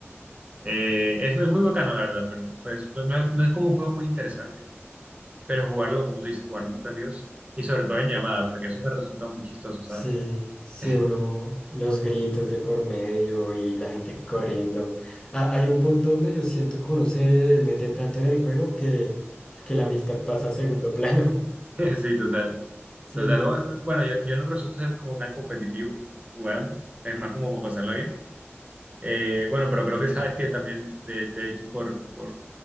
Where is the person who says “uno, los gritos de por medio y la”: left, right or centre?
Left